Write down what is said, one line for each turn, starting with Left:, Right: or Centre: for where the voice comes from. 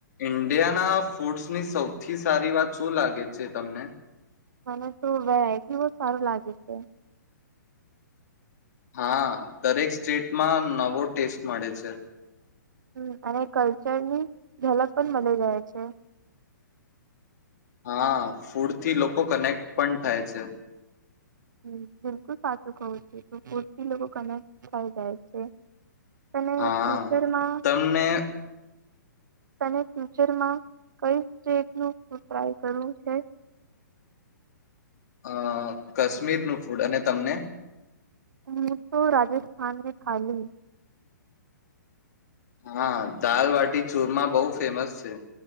Left: ઈન્ડિયાના ફૂડ્સની સૌથી સારી વાત શું લાગે છે તમને?
Right: મને તો વેરાયટી બહ સારું લાગે છે.
Left: હા દરેક સ્ટેટમાં નવો ટેસ્ટ મળે છે.
Right: હમ્મ અને કલ્ચરની ઝલક પણ મલી જાય છે
Left: હા ફૂડ થી લોકો કનેક્ટ પણ થાય છે
Right: હમ્મ બિલકુલ સાચું કવું છો ફૂડ થી લોકો કનેક્ટ થાય જાય છે તને
Left: હા
Right: ફ્યુચરમાં
Left: તમને
Right: તને ફ્યુચરમાં કઈ સ્ટેટ નુ ફૂડ ટ્રાય કરવુ છે
Left: અ કાશ્મીરનું ફૂડ અને તમને
Right: મને તો રાજસ્થાનને થાલી
Left: હા દાલ વાટી ચુરમાં બહુ ફેમસ છે